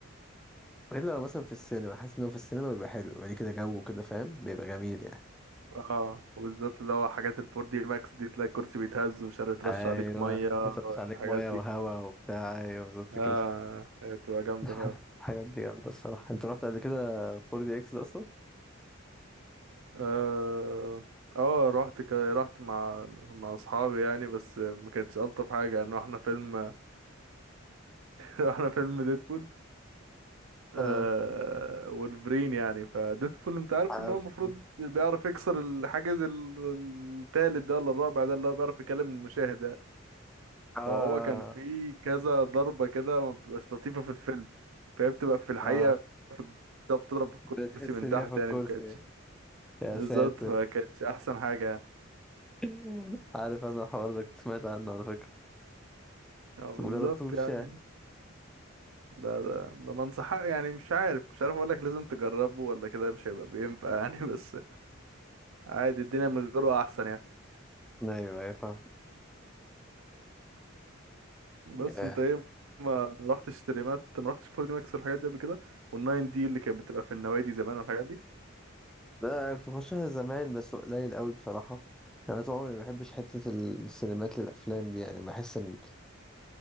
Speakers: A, in the centre; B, on the right.
A: الا لو مثلا في السينما حاسس ان هو في السينما بيبقى حلو يعني كده جو كده فاهم بيبقى جميل يعني
B: اه وبالذات اللي هو حاجات الفور دي ماكس دي تلاقي الكرسي بيتهز ومش عارف يترش
A: ايوه
B: عليك ميه
A: يصرف عليك
B: الحاجات
A: ميه
B: دي
A: وهواء وبتاع ايوه بالظبط
B: اه
A: كده
B: هي بتبقى جامده
A: <laughs>
B: فعلا
A: الحاجات دي جامده الصراحه انت رحت قبل كده 4 دي اكس ده اصلا
B: اه اه رحت ك... رحت مع مع اصحابي يعني بس ما كانتش الطف حاجه يعني رحنا فيلم <laughs> رحنا فيلم ديدبول آه
A: اه
B: والبرين يعني فديدبول انت عارف
A: عارف
B: ان هو المفروض بيعرف يكسر الحاجز ال- التالت ده ولا الرابع ده اللي هو بيعرف يكلم المشاهد يعني.
A: اه
B: فهو كان في كذا ضربة كده ما بتبقاش لطيفة في الفيلم فهي بتبقى في الحقيقة
A: اه
B: في الكتاب بتضرب الكرسي
A: بتحس
B: من
A: بيها
B: تحت
A: في الكرسي
B: يعني مكانتش
A: يا
B: بالظبط
A: ساتر
B: فكانتش أحسن حاجة يعني
A: <laughs> عارف انا الحوار ده كنت سمعت عنه على فكرة
B: اه
A: بس
B: بالظبط
A: ما جربتوش
B: يعني
A: يعني
B: ده ده ما بنصح يعني مش عارف مش عارف أقولك لازم تجربه ولا كده مش هيبقى بينفع يعني <laughs> بس عادي الدنيا من غيره أحسن يعني
A: ايوه ايوه فاهم
B: بس
A: آه.
B: أنت إيه ما رحتش تريمات ما رحتش 4 دي ماكس والحاجات دي قبل كده والناين دي اللي كانت بتبقى في النوادي زمان والحاجات دي
A: لا أنا كنت بخشها زمان بس قليل قوي بصراحة يعني انا طول عمري ما بحبش حتة السينمات للافلام دي يعني بحس ان